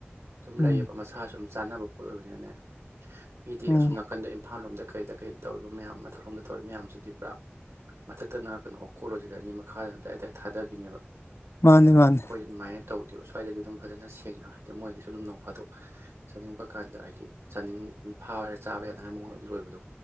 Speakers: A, on the right; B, on the left.
A: ꯑꯗꯨꯝ
B: ꯎꯝ
A: ꯂꯩꯌꯦꯕ ꯃꯁꯥꯁꯨ ꯆꯥꯟꯅꯕ ꯄꯣꯠ ꯑꯣꯏꯕꯅꯤꯅꯅꯦ ꯃꯤꯗꯤ
B: ꯎꯝ
A: ꯑꯁꯣꯝ ꯅꯥꯀꯟꯗ ꯏꯝꯐꯥꯜ ꯂꯣꯝꯗ ꯀꯩꯗ ꯀꯩ ꯇꯧꯏ ꯃꯌꯥꯝ ꯃꯊꯛꯂꯣꯝꯗ ꯇꯧꯔꯤ ꯃꯌꯥꯝꯁꯤꯗꯤ ꯄꯨꯔꯥ ꯃꯊꯛꯇꯅ ꯀꯩꯅꯣ ꯀꯣꯜꯂꯁꯤꯜꯂꯅꯤ ꯃꯈꯥꯗꯅꯗꯥꯗꯥꯏ ꯊꯥꯗꯕꯤꯅꯦꯕ
B: ꯃꯥꯅꯦ ꯃꯥꯅꯦ
A: ꯑꯩꯈꯣꯏꯗꯤ ꯑꯗꯨꯃꯥꯏꯅ ꯇꯧꯗꯦꯕ ꯁ꯭ꯋꯥꯏꯗꯗꯤ ꯑꯗꯨꯝ ꯐꯖꯅ ꯁꯦꯡꯅ ꯍꯥꯏꯗꯤ ꯃꯣꯏꯒꯤꯁꯨ ꯑꯗꯨꯝ ꯅꯣꯡ ꯐꯥꯗꯣꯛ ꯆꯥꯅꯤꯡꯕ ꯀꯥꯟꯗ ꯍꯥꯏꯗꯤ ꯆꯥꯅꯤꯡ ꯐꯥꯕꯔꯥ ꯆꯥꯕ ꯌꯥꯅꯉꯥꯏ ꯃꯑꯣꯡꯗ ꯂꯣꯏꯕꯗꯣ